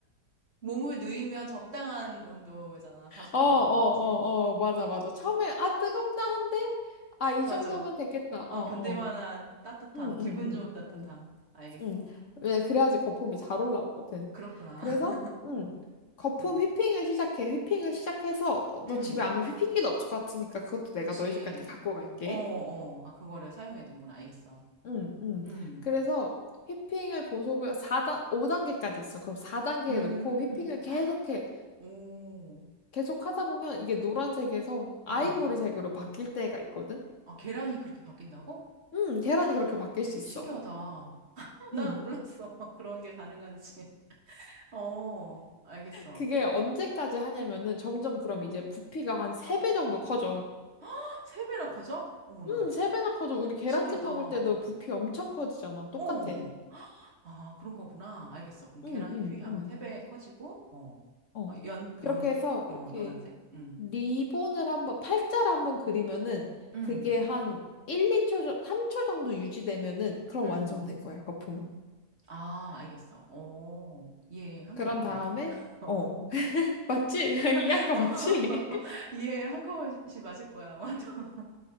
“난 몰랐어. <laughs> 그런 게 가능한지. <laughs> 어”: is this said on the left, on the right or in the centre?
Right